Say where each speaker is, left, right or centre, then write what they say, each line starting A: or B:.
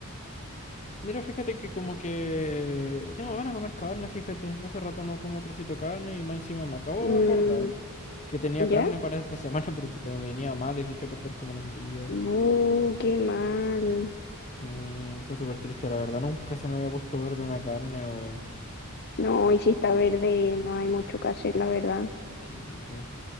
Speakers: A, on the left; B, on the left.
A: Mira, fíjate que como que tengo ganas de comer carne, fíjate. Hace rato no como trocito de carne y más encima me acabo
B: Mm,
A: de acordar que tenía carne
B: ¿ya?
A: para esta semana, <laughs> pero me venía mal y se echó a perder como en un día.
B: Uh, qué mal.
A: Sí, fue súper triste, la verdad. Nunca se me había puesto verde una carne, weón.
B: No, hoy si está verde, no hay mucho que hacer, la verdad.
A: Sí, pues.